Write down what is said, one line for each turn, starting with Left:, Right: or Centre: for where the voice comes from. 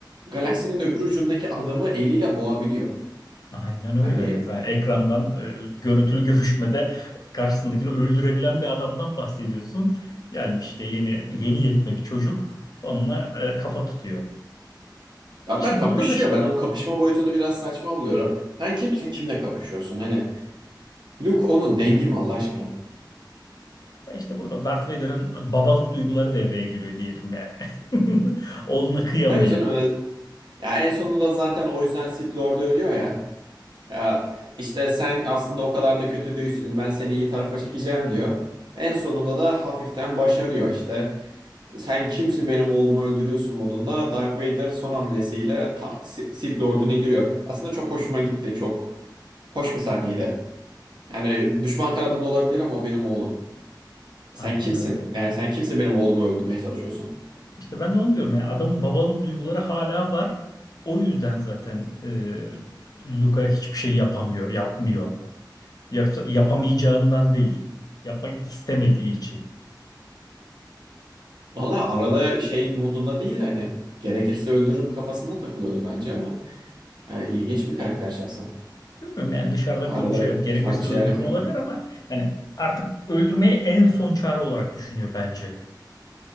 Right: Galaksinin öbür ucundaki adamı eliyle boğabiliyor.
Left: Aynen öyle.
Right: Hani
Left: Yani ekrandan e, görüntülü görüşmede karşısındakini öldürebilen bir adamdan bahsediyorsun. Gelmiş işte yeni yeni yetme bir çocuk onunla e, kafa tutuyor. Ama
Right: hatta
Left: işte
Right: kapışıyor.
Left: burada da şey
Right: Ben o kapışma boyutunu biraz saçma buluyorum. Sen kimsin? Kimle kapışıyorsun? Hani Luke onun dengi mi Allah aşkına?
Left: Ya İşte burada Darth Vader'ın babalık duyguları devreye giriyor diyelim yani. <laughs> Oğluna kıyamıyor.
Right: Tabii canım öyle- ya en sonunda zaten o yüzden Sith Lord'u ölüyor ya. Ya işte sen aslında o kadar da kötü değilsin. Ben seni iyi tarafa çekeceğim diyor. En sonunda da hafiften başarıyor işte. Sen kimsin benim oğlumu öldürüyorsun modunda Dark Vader son hamlesiyle tak Si- Sith Lord'unu indiriyor. Aslında çok hoşuma gitti. Çok hoş bir sahneydi. Yani düşman kanadında olabilir ama o benim oğlum. Sen
Left: Aynen
Right: kimsin?
Left: öyle.
Right: Yani sen kimsin benim oğlumu öldürmeye çalışıyorsun?
Left: İşte ben de onu diyorum. ya adamın babalık duyguları hala var. O yüzden zaten e, Luka hiçbir şey yapamıyor, yapmıyor. Yoksa yapamayacağından değil. Yapmak istemediği için.
Right: Valla arada şey modunda değil de hani gerekirse öldürürüm kafasında takılıyordu bence ama yani ilginç bir karakter şahsen.
Left: Bilmiyorum yani dışarıdan
Right: Arada
Left: görünüşü evet gerekirse
Right: farklı şeyler
Left: öldürürüm
Right: yapıyor.
Left: olabilir ama yani artık öldürmeyi en son çare olarak düşünüyor bence.